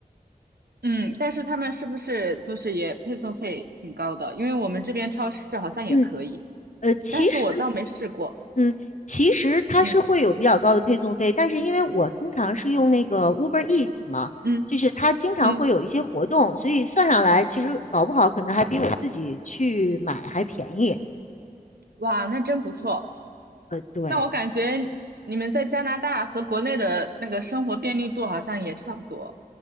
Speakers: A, on the right (about 80°); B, on the left (about 50°).
A: 嗯，但是他们是不是就是也配送费挺高的？因为我们这边超市好像也可以，
B: 嗯，呃，其实
A: 但是我倒没试过。
B: 嗯，其实它是会有比较高的配送费，
A: 嗯
B: 但是因为我通常是用那个 Uber Eats 嘛，
A: 嗯
B: 就是它经常会有一些活动，
A: 嗯，
B: 所以算下来其实搞不好可能还比我自己去买还便宜。
A: 哇，那真不错。
B: 呃，对。
A: 那我感觉你们在加拿大和国内的那个生活便利度好像也差不多。